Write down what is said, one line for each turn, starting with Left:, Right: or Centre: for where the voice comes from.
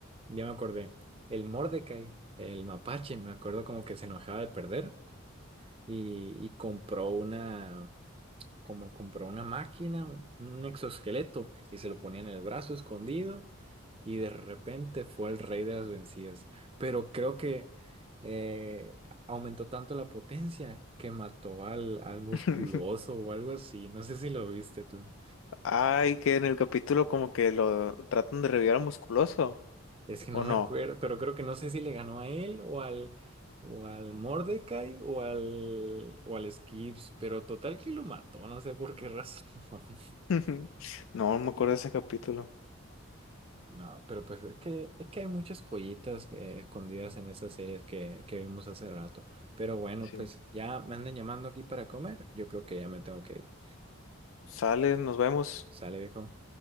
Right: ya me acordé. El Mordecai, el mapache, me acuerdo como que se enojaba de perder y, y compró una, como compró una máquina, un exoesqueleto y se lo ponía en el brazo escondido y de repente fue el rey de las vencidas. Pero creo que eh, aumentó tanto la potencia que mató al, al musculoso
Left: <laughs>
Right: o algo así. No sé si lo viste tú.
Left: Ay, que en el capítulo como que lo tratan de revivir al musculoso,
Right: Es que no
Left: ¿o
Right: me
Left: no?
Right: acuerdo, pero creo que no sé si le ganó a él o al, o al Mordecai o al, o al Skips, pero total que lo mató, no sé por qué razón. <laughs>
Left: <laughs> No, no me acuerdo de ese capítulo.
Right: No, pero pues es que, es que hay muchas joyitas que- escondidas en esas series que, que vimos hace rato. Pero bueno,
Left: Sí.
Right: pues ya me andan llamando aquí para comer. Yo creo que ya me tengo que ir.
Left: Sale, nos vemos.
Right: ¿Sale, viejo?